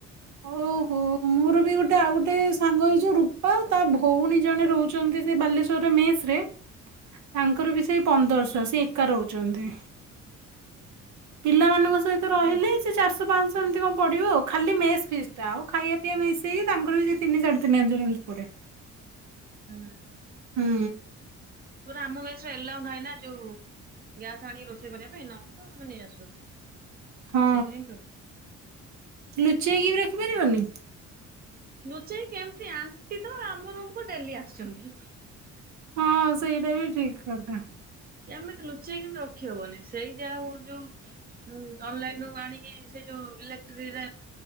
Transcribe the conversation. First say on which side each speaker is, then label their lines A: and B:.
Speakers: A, on the right; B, on the right.
A: ଓହୋ ମୋର ବି ଗୋଟେ ଆଉ ଗୋଟେ ସାଙ୍ଗ ହେଇଛ ରୂପା ତା ଭଉଣୀ ଜଣେ ରହୁଛନ୍ତି ସେ ବାଲେଶ୍ୱଵର ମେସ ରେ ତାଙ୍କର ବି ସେଇ ପନ୍ଦରଶହ ସେ ହୁଛନ୍ତି ପିଲାମାନଙ୍କ ସତ ରହିଲେ
B: ମାନେ
A: ସେ ଚାରଶହ ପାଞ୍ଚହ ଏମିତି କଣ ପଡିବ ଆ ଖାଲି ମେ ଫି ଟା ଆଉ ଖାଇବା ପିଇବା ମିଶେଇକି ତାଙ୍କର ବି ସେ ତିନି ଚାର ତିନି ହଜାର ଏମିତି ପଡେ।
B: ହୁଁ।
A: ହୁଁ।
B: ପ ଆମ ଗସରେ ଏଲା ନାହିଁ ନା ଯୋଉ ଗ୍ୟାସ ଆଣିକି ରୋଷେଇ କରିବା ପାଇଁ ନହ ତ ଆମେ ନେଇ ଆସୁ।
A: ହଁ।
B: ସେଇଟା ହିଁ ପ୍ରୋବ୍ଲେମ୍।
A: ଲୁଚେଇକି ବି ରଖିପାରିବନି?
B: ଲୁଚେଇ କେମିତି ଆଣ୍ଟି ତ ଆମରଙ୍କୁ ଡେଲି ଆସିଛନ୍ତି।
A: ହଁ ସେଇଟା ବି ଠିକ କଥା।
B: କେମିତି ଲୁଚେଇକି ରଖ ହବନି ସେଇ ଯାହା ହୋଉ ଯୋଉ ହୁଁ ଅନଲାଇନୁ ଆଣିକି ସେ ଯୋଉ ଇଲେକ୍ଟ୍ର